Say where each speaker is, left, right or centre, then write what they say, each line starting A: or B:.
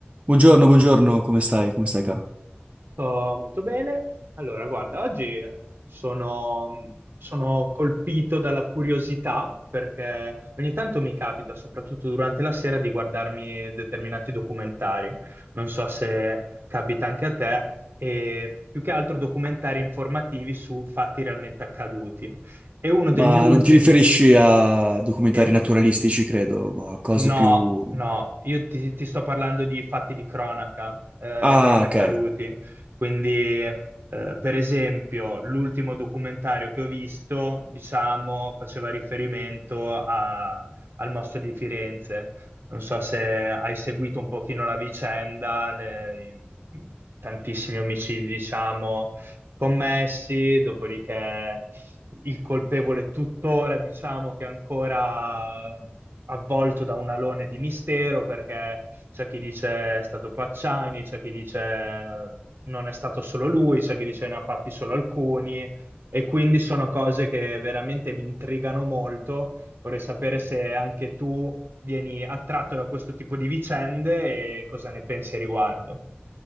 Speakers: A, on the right (about 35°); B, on the right (about 65°).
A: Buongiorno, buongiorno, come stai? Come stai, caro?
B: Sto molto bene. Allora, guarda, oggi sono, sono colpito dalla curiosità perché ogni tanto mi capita, soprattutto durante la sera, di guardarmi determinati documentari. Non so se capita anche a te, e più che altro documentari informativi su fatti realmente accaduti. E uno
A: Ma
B: degli ultimi,
A: non ti riferisci a documentari
B: sì?
A: naturalistici, credo, ma a cose
B: No,
A: più...
B: no, io ti, ti sto parlando di fatti di cronaca eh,
A: Ah,
B: realmente
A: ok.
B: accaduti. Quindi, eh, per esempio, l'ultimo documentario che ho visto, diciamo, faceva riferimento a- al mostro di Firenze. Non so se hai seguito un pochino la vicenda, le- i- tantissimi omicidi, diciamo, commessi, dopodiché il colpevole tuttora, diciamo che è ancora avvolto da un alone di mistero, perché c'è chi dice è stato Pacciani, c'è chi dice eh, non è stato solo lui, c'è chi dice ne ha fatti solo alcuni, e quindi sono cose che veramente mi intrigano molto. Vorrei sapere se anche tu vieni attratto da questo tipo di vicende e cosa ne pensi a riguardo.